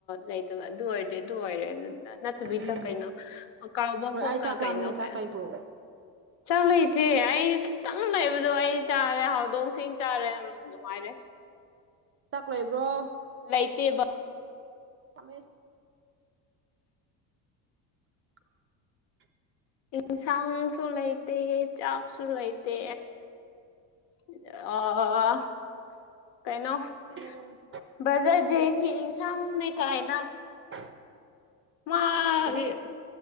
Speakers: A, on the left; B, on the right.
A: ꯂꯩꯇꯕ ꯑꯗꯨ ꯑꯣꯏꯔꯗꯤ ꯑꯗꯨ ꯑꯣꯏꯔꯦ ꯑꯗꯨꯅ ꯅꯠ ꯇꯕꯤꯗ
B: ꯎꯝ
A: ꯀꯩꯅꯣ ꯍꯍ ꯀꯥꯎꯕ
B: ꯍꯣꯏ
A: ꯈꯣ
B: ꯑꯩ
A: ꯀ
B: ꯆꯥꯛ
A: ꯀꯩꯅꯣ
B: ꯂꯥꯝꯃꯦ
A: ꯀꯥꯏ
B: ꯆꯥꯛ ꯂꯩꯕ꯭ꯔꯣ
A: ꯆꯥꯛ ꯂꯩꯇꯦ ꯑꯩ ꯈꯤ ꯇꯪ ꯂꯩꯕꯗꯣ ꯑꯩ ꯆꯥꯔꯦ ꯍꯧꯗꯣꯡꯁꯤꯡ ꯆꯥꯔꯦ ꯑꯝ ꯅꯨꯡꯉꯥꯏꯔꯦ
B: ꯆꯥꯛ ꯂꯩꯕ꯭ꯔꯣ
A: ꯂꯩꯇꯦꯕ
B: ꯑꯝꯃꯦ <inaudible>
A: ꯏꯟꯁꯥꯡꯁꯨꯨ ꯂꯩꯇꯦ ꯆꯥꯥꯛꯁꯨꯨ ꯂꯩꯇꯦ ꯑꯥ ꯑꯥ ꯑꯥ ꯑꯥ ꯑꯥ ꯀꯩꯅꯣ
B: ꯌꯦꯟ
A: ꯕ꯭ꯔꯗꯔ ꯖꯦꯡꯒꯤ ꯏꯟꯁꯥꯡꯅꯦ ꯀꯥꯏꯅ
B: <inaudible>
A: ꯃꯥꯒꯤ
B: ꯀꯔꯤ